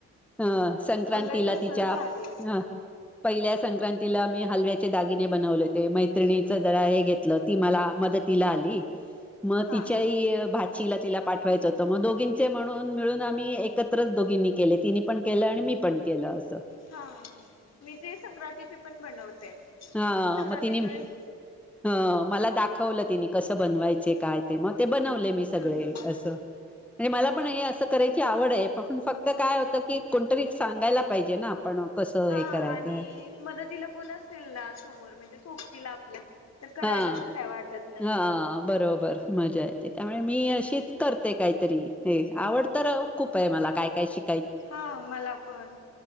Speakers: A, in the centre; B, on the left (about 55°).
A: हा, संक्रांतीला
B: उलट तसच भारी
A: हा पहिल्या संक्रांतीला आम्ही हलव्याचे दागिने बनवले होते. मैत्रिणीच जरा हे घेतल ती मला मदतीला आली मग
B: हा
A: तिच्याही भा ला तिला पाठवायच होत मग दोघींचे म्हणून मिळून आम्ही एकत्रच दोघींनी केले तिनी पण केल आणि मी पण केल अस.
B: हा मी ते संक्रांतीचे पण बनवते संक्रांतीच्या
A: हा मग तिने
B: वेळेस.
A: ह मला दाखवल तिने कस बनवायचे. काय ते मग ते बनवले. मी सगळे
B: हम्म हम्म
A: अस म्हणजे मला पण हे अस करायची आवड आहे पण फक्त काय होत की कोणतरी सांगायला पाहिजे ना. आपण कसं
B: हा
A: हे करायचं
B: आणि
A: आहे
B: मदतीला कोण असेल ना समोर म्हणजे सोबतीला आपल्या तर करायला
A: हा-
B: पण काय वाटत नाही
A: हा बरोबर मजा येते त्यामुळे मी अशीच करते. काहीतरी हे आवड तर खूप आहे मला काय काय शिक
B: हा मला पण